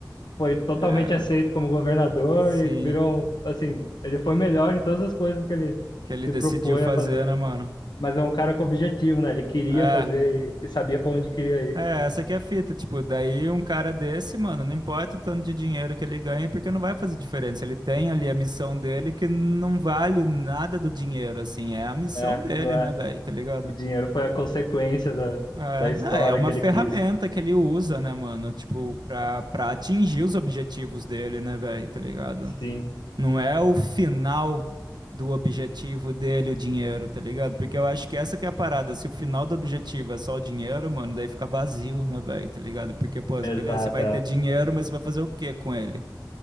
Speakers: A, on the left; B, on the right.
A: foi totalmente
B: É,
A: aceito como governador
B: sim,
A: e virou, um- assim, ele foi melhor em todas as coisas que ele
B: que ele
A: se
B: decidiu
A: propõe
B: fazer,
A: a fazer.
B: né, mano?
A: Mas é um cara com objetivo, né? Ele queria
B: É,
A: fazer e, e sabia para onde queria ir.
B: É, essa aqui é a fita, tipo, daí um cara desse, mano, não importa o tanto de dinheiro que ele ganha, porque não vai fazer diferença. Ele tem ali a missão dele que não vale nada do dinheiro, assim, é a missão
A: É,
B: dele,
A: não é?
B: né, velho, tá ligado?
A: O dinheiro foi a consequência da,
B: É,
A: da história
B: não, é uma
A: que ele
B: ferramenta
A: quis.
B: que ele usa, né, mano, tipo, pra, pra atingir os objetivos dele, né, velho, tá ligado?
A: Sim,
B: Não é o final do objetivo dele, o dinheiro, tá ligado? Porque eu acho que essa que é a parada. Se o final do objetivo é só o dinheiro, mano, daí fica vazio, né, velho? Tá ligado? Porque, pô,
A: exato.
B: beleza, você vai
A: é.
B: ter dinheiro, mas você vai fazer o quê com ele?